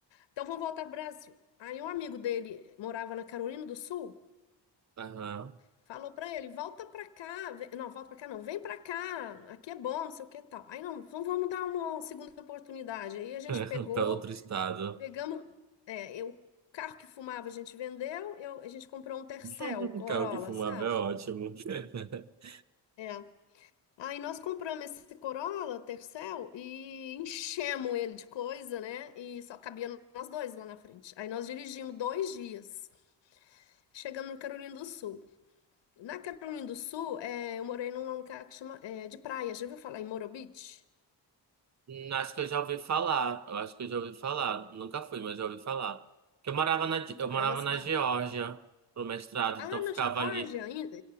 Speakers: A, on the left; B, on the right.
A: Então vamos voltar pro Brasil. Aí um amigo dele morava na Carolina do Sul,
B: aham.
A: falou pra ele, volta pra cá, vem- não, volta pra cá não, vem pra cá, aqui é bom, não sei o que e tal. Aí não, então vamos dar uma segunda oportunidade. Aí a gente
B: <laughs>
A: pegou,
B: Para outro estado.
A: pegamos, é, eu- o carro que fumava a gente vendeu, eu- a gente comprou um Tercel
B: <laughs>
A: Corolla,
B: Carro que fumava
A: sabe?
B: é ótimo. <laughs>
A: É. Aí nós compramos esse Corolla Tercel e enchemos ele de coisa, né? E só cabia nós dois lá na frente. Aí nós dirigimos dois dias. Chegando em Carolina do Sul. Na Carolina do Sul, é, eu morei num lugar que chama, é, de praia. Já ouviu falar em Moro Beach?
B: Hum, Acho que eu já ouvi falar. Eu acho que eu já ouvi falar. Nunca fui, mas já ouvi falar. Porque eu morava na,
A: Então,
B: eu morava
A: é uma cidade.
B: na Geórgia pro mestrado,
A: Ah,
B: então
A: na
B: ficava
A: Geórgia?
B: ali,
A: ainda?